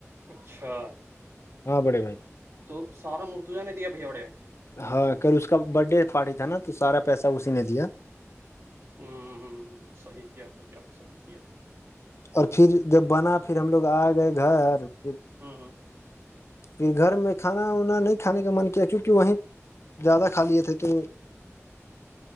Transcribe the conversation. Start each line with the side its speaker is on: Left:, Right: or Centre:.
Right: اچھا
Left: ہاں بڑے بھائی
Right: تو سارا مرتوجا نے دیا بھ بڑے
Left: ہاں کل اس کا برتھ ڈے پارٹی تھا نا تو سارا پیسہ اسی نے دیا
Right: ہوں، صحیح کیا بھیا صحیح کیا
Left: اور پھر جب بنا پھر ہم لوگ آ گئے گھر پھر
Right: ہوں ہوں
Left: پھر گھر میں کھا وا نہیں کھانے کا من کیا کیوںکہ وہیں زیادہ کھا لیے تھے تو